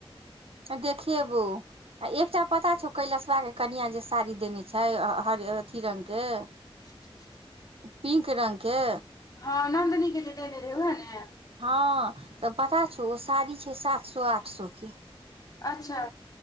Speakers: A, on the right (about 70°); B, on the left (about 35°).
A: त देखेबौ आ एकटा पता छौ कैलसवा के कनिआ जे साड़ी देने छै हरियर अथी रंग के
B: <inaudible>
A: पिंक रंगके
B: हँ नन्दनीके के जे देने रहै वहए ने
A: हँ तऽ पता छौ ओ साड़ी छै सात सए आठ सए के
B: अच्छा